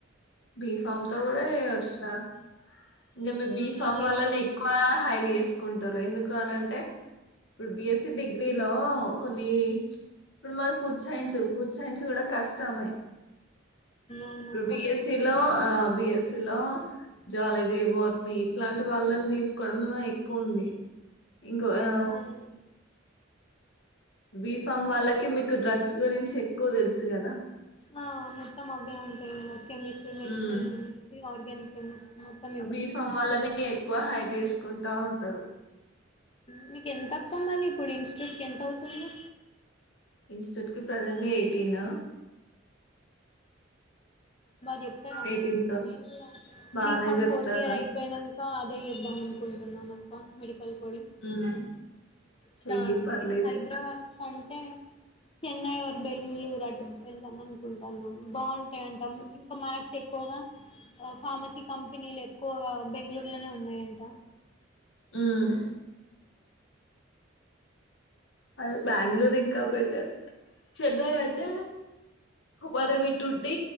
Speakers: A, on the left; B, on the left.
A: బిఫామ్ తో కూడా చేయవచ్చు ర ఇంకా మీ బీఫమ్
B: అదే
A: వాళ్లనే ఎక్కువ హైరి చేసుకుంటారు ఎందుకు అనంటే ఇప్పుడు బిఎస్సి డిగ్రీలో కొన్ని ఇప్పుడు మళ్ళ ఫుడ్ సైన్స్ ఫుడ్ సైన్స్ కూడా కష్టమే
B: అవునక్క
A: ఇప్పుడు బిఎస్సి ఆ బిఎసి లొ జూవాలాజీ బోట్నీ ఇట్లాంటి వాళ్ళని తీసుకోవడం ఎక్కువ ఉంది ఇంకా ఆ
B: అవును
A: బిఫామ్ వాళ్ళకి మీకు డ్రగ్స్ గురించి ఎక్కువ తెలుసు కదా
B: ఆ మొత్తం అవే ఉంటాయి కదా కెమిస్ట్రీ మెడిసినల్
A: ఉమ్
B: కమెస్ట్రీ ఆర్గ్యనిక్ కెమిస్ట్రీ మొత్తం
A: బీఫమ్ వళ్లని ఎక్కువ హైర్ తీసుకుంటా ఉంటారు
B: మీక ఎంత అక్క మరీ ఇప్పుడు ఇన్స్టిట్యూట్ కి ఎంత అవుతుంది
A: ఇన్స్టిట్యూట్ కి ప్రజెంట్ ఎయిటీన్
B: బా చెప్తారా
A: ఎయిటీన్
B: మరి
A: థౌసండ్
B: నేను కుడా
A: బానే
B: బీఫామ్
A: చెప్తారా
B: ఫోర్త్ ఇయర్ అయిపోయినాం కా అదే చేద్దాం అనుకుంటున్నాను అక్క మెడికల్ కోడింగ్
A: ఉమ్ చెయ్యి
B: ఇలా
A: పర్లేదు
B: హైదరాబాద్ కంటే చెన్నై ఆర్ బెంగుళూరు అటు వెళ్దాం అనుకుంటున్నామ్ బాగుంటాయి అంట ఇంకా మ్యాక్స్ ఎక్కువగా ఫార్మసీ కంపెనీలు ఎక్కువగా బెంగళూరులోనే ఉన్నాయంట
A: ఉమ్ అదే బెంగళూరు ఇంకా బెటర్ చెన్నై అంటే మనం ఇటుండీ